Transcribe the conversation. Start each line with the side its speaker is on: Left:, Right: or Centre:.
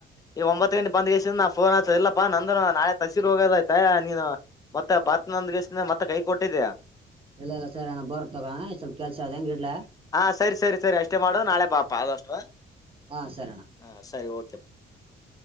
Left: ಈ ಒಂಬತ್ ಗಂಟೆ ಬಂದ್ ಸೇನ ಫೋನ್ ಆಚ್ಚ ಇಲ್ಲಪ್ಪಾ ನಂದ ನಾಳೆ ತಸಿರು ಹೋಗೋದಯ್ತೆ ನೀನು ಮತ್ತೆ ಬರ್ತ ನಂದ ಇಷ್ಟ ಮತ್ತೆ ಕೈ ಕೊಟ್ಟಿದ್ದ್ಯ.
Right: ಇಲ್ಲ ಎಲ್ಲ ಸರಿ ಅಣ್ಣ ಬರ್ ತಗಣ ಸ್ವಲ್ಪ ಕೆಲ್ಸ ಅ ಹೆಂಗ ಇಡ್ಲ
Left: ಹಾ ಸರಿ <unintelligible> ಮಾಡು ನಾಳೆ ಪಾಪ ಆದಷ್ಟು ಹ
Right: ಹಾ ಸರಿ ಅಣ್ಣ
Left: ಸರಿ ಓ